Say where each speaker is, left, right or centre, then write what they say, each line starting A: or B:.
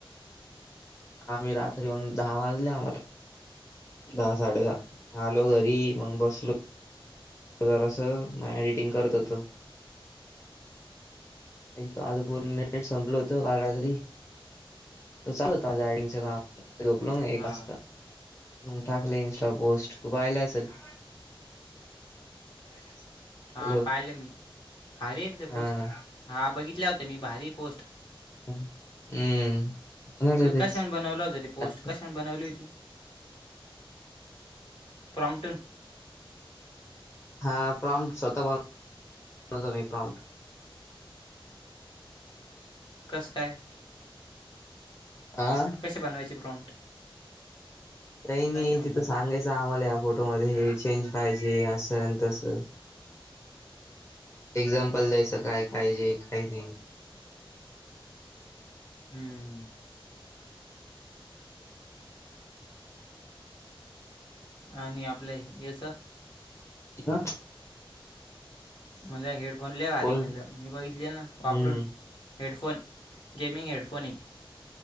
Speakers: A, on the left (about 30°); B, on the left (about 60°).
A: आम्ही रात्री
B: हं,
A: मग दहा वाजले आम्हाला. दहा साडे दहा, आलो घरी मग बसलो जरासं मग एडिटिंग करत होतो. एक तर आज पूर्ण
B: हं,
A: नेट संपलं होतं, काल रात्री. तो चालू होतं माझं आयडिंगच काम, झोपलो मी
B: हा
A: एक वाजता. मग टाकलं इन्स्टा पोस्ट, तू पाहिले असल.
B: पाहिलं असेल,
A: हॅलो.
B: हां पाहिलं मी, भारीये तुझं
A: हां.
B: पोस्ट, हा बघितल्या तर मी भारी पोस्ट
A: हम्म अ माझं
B: क
A: तेच
B: कशाने बनवलं होतं ते पोस्ट
A: आता
B: कशाने बनवली होती, प्रॉम्टन
A: हां प्रॉम्टस होता, स्वतः बनवतो मी प्रॉम्प्ट.
B: कस काय?
A: आ.
B: कसे बनवायचे प्रोम्प्ट?
A: काही नाही
B: म्हणलं
A: तिथं सांगायचं आम्हाला या फोटोमध्ये हे चेंज पाहिजे, असं अन तसं. एक्झाम्पल द्यायचं काय पाहिजे काही नाही.
B: हम्म. हा आणि आपल्या याचं
A: ह
B: म्हणलं एक हेडफोन लई भारी
A: बोल.
B: म्हणलं, मी बघितली ना वापरून.
A: हम्म.
B: हेडफोन, गेमिंग हेडफोन ए.